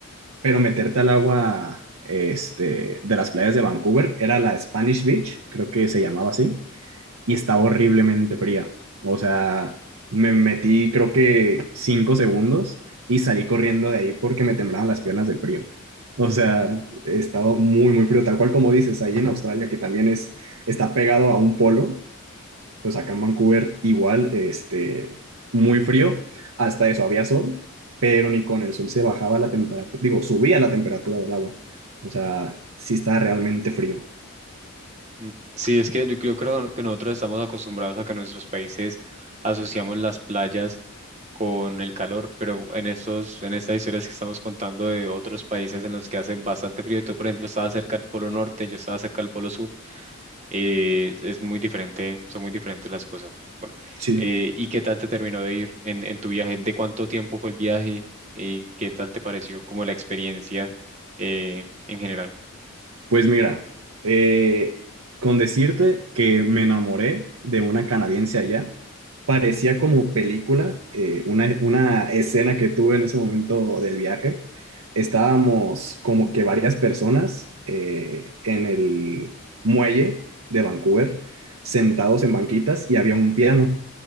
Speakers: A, on the right; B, on the right.
A: pero meterte al agua este, de las playas de Vancouver era la Spanish Beach, creo que se llamaba así, y estaba horriblemente fría. O sea, me metí creo que cinco segundos y salí corriendo de ahí porque me temblaban las piernas del frío. O sea, estaba muy, muy frío, tal cual como dices, ahí en Australia, que también es, está pegado a un polo pues acá en Vancouver igual, este, muy frío, hasta eso había sol, pero ni con el sol se bajaba la temperatura, digo, subía la temperatura del agua. O sea, sí está realmente frío.
B: Mm. Sí, es que yo yo creo que nosotros estamos acostumbrados a que en nuestros países asociamos las playas con el calor, pero en estos, en estas historias que estamos contando de otros países en los que hace bastante frío, tú por ejemplo estabas cerca del Polo Norte, yo estaba cerca del Polo Sur. eh, es muy diferente, son muy diferentes las cosas. Bueno,
A: Sí,
B: eh, ¿y qué tal te terminó de ir en, en tu viaje? ¿De cuánto tiempo fue el viaje? ¿Y qué tal te pareció como la experiencia eh, en general?
A: pues mira, eh, con decirte que me enamoré de una canadiense allá, parecía como película, eh, una, una escena que tuve en ese momento del viaje. Estábamos como que varias personas eh, en el muelle de Vancouver, sentados en banquitas y había un piano